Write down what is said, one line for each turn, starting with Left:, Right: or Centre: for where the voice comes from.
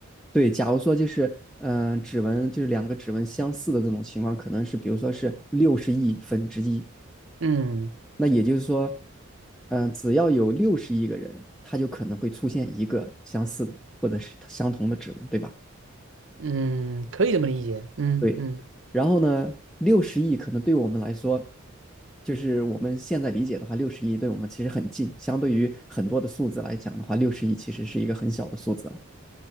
Centre: 对，假如说就是嗯、呃指纹就是两个指纹相似的这种情况，可能是比如说是六十亿分之一。
Right: 嗯。
Centre: 那也就是说，嗯、呃只要有六十亿个人，他就可能会出现一个相似的或者是相同的指纹，对吧？
Right: 嗯，可以这么理解。嗯嗯
Centre: 对。然后呢，六十亿可能对我们来说，就是我们现在理解的话，六十亿对我们其实很近，相对于很多的数字来讲的话，六十亿其实是一个很小的数字了。